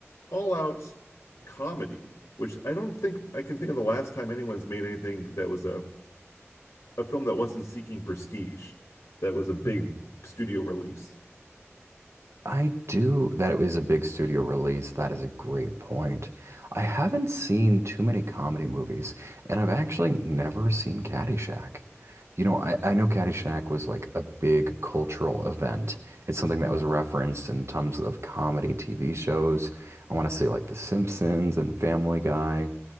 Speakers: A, on the left; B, on the right.
A: all out s- comedy, which I don't think I can think of the last time anyone's made anything that was a a film that wasn't seeking prestige, that was a big
B: Hmm.
A: studio release.
B: I do that it was a big studio release. That is a great point. I haven't seen too many comedy movies, and I've actually never seen Caddyshack. You know, I, I know Caddyshack was like a big cultural event. It's something that was referenced in tons of comedy TV shows. I want to say like The Simpsons and Family Guy,